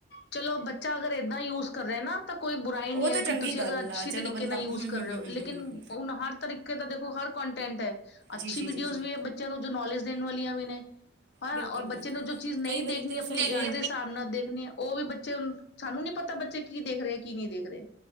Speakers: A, on the left (about 60°); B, on the right (about 65°).
A: ਚਲੋ ਬੱਚਾ ਅਗਰ ਏਦਾਂ ਯੂਜ ਕਰੇ ਨਾ ਤਾਂ ਕੋਈ ਬੁਰਾਈ
B: ਉਹ
A: ਨਹੀਂ
B: ਤਾਂ
A: ਹੈ, ਕਿ
B: ਚੰਗੀ
A: ਤੁਸੀਂ
B: ਗੱਲ
A: ਅਗਰ ਅੱਛੇ
B: ਆ ਚਲੋ
A: ਤਰੀਕੇ
B: ਬੰਦਾ
A: ਨਾਲ ਯੂਜ
B: ਹੂੰ
A: ਕਰ
B: ਹੂੰ
A: ਰਹੇ
B: ਹੂੰ
A: ਹੋ
B: ਹੂੰ
A: ਲੇਕਿਨ
B: ਹੂੰ ਹੂੰ ਹੂੰ।
A: ਉਹਣ ਹਰ ਤਰੀ ਤਾਂ ਦੇਖੋ ਹਰ ਕੰਟੈਂਟ ਹੈ, ਅੱਛੀ
B: ਜੀ ਜੀ
A: ਵੀਡੀਓਜ਼
B: ਜੀ ਜੀ
A: ਵੀ ਹੈ ਬੱਚਿਆਂ ਨੂੰ ਜੋ ਨੌਲੇਜ ਦੇਣ ਵਾਲੀਆਂ ਵੀ ਨੇ ਹਨਾ
B: ਬਿਲਕੁਲ
A: ਔਰ ਬੱਚੇ
B: ਬਿਲਕੁਲ
A: ਨੂੰ ਜੋ ਚੀਜ਼ ਨਹੀਂ
B: ਕਈ ਵਾਰੀ
A: ਦੇਖਣੀ,
B: ਤੇ ਉਹ
A: ਆਪਣੀ
B: ਤੇ ਸਮਝਾਣ
A: ਏਜ ਦੇ ਹਿਸਾਬ ਨਾਲ ਦੇਖਣੀ ਐ ਉਹ ਵੀ ਬੱਚੇ, ਸਾਨੂੰ ਨੀ ਪਤਾ ਬੱਚੇ ਕੀ ਦੇਖ ਰਹੇ ਐ, ਕੀ ਨਹੀਂ ਦੇਖ ਰਹੇ